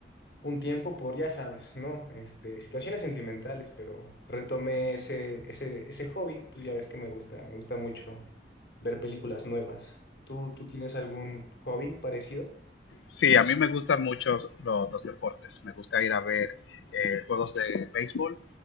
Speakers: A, on the left; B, on the left.
A: un tiempo por, ya sabes, ¿no? Este, situaciones sentimentales, pero retomé ese, ese, ese hobby, pues ya ves que me gusta, me gusta mucho ver películas nuevas. ¿Tú, tú tienes algún hobby parecido?
B: Sí, a mí me gustan mucho lo- los deportes. Me gusta ir a ver eh, juegos de béisbol